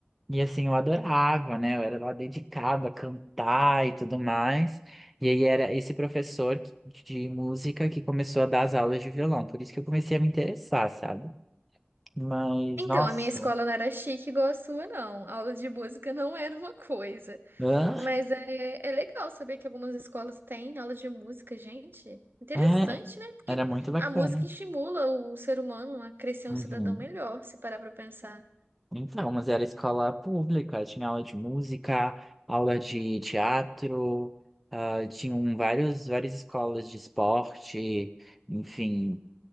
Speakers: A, in the centre; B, on the right (about 60°).
A: e assim, eu adorava, né? Eu era lá dedicada a cantar e tudo mais, e aí era esse professor que- de música que começou a dar as aulas de violão, por isso que eu comecei a me interessar, sabe? Mas,
B: Então,
A: nossa,
B: a minha escola não era chique igual a sua, não. A aula de música não era uma coisa.
A: hã?
B: Mas é, é legal saber que algumas escolas têm aula de música, gente. Interessante,
A: É,
B: né? Porque
A: era muito bacana.
B: a música estimula o ser humano a crescer
A: Uhum.
B: um cidadão melhor, se parar pra pensar.
A: Então, mas era escola pública, tinha aula de música, aula de teatro, ah, tinham vários, várias escolas de esporte, enfim,